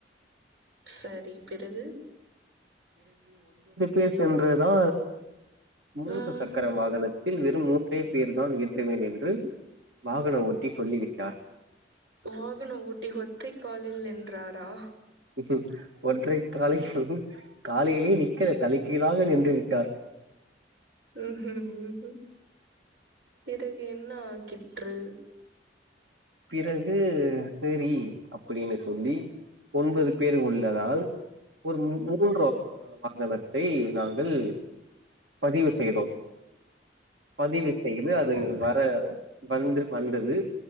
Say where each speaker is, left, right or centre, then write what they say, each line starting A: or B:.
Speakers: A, on the right; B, on the right.
A: சர் <unintelligible>
B: பேசன்றதுதா மூன்கு
A: ம்
B: சக்கர வாகனத்தில் வெறும் ஒற்றைய பேர்தான் ஏற்றவேன் என்று வாகன ஓட்டி சொல்லிவிட்டார்.
A: வாகன ஓட்டி த்தே காலில் நின் றாரா
B: ஹ் ஒற்றை காலை ஹ் காலையிலயே நி க்க தலைிக்ககளாக நின்று விட் ட்டார்
A: உ ஹ்ம் ஹ்ம்க் பிறகு என்ன ஆகிற்று
B: பிறகு சேரி அப்டின்னு சொல்லி ஒன்பது பேரு உள் ததால் ஒரு மூன்ரோ அகலத்தை நாங்கள் பதிவு செய்தோம் பதிவு செய்து அது
A: ஓ
B: வர வந்து வந்தது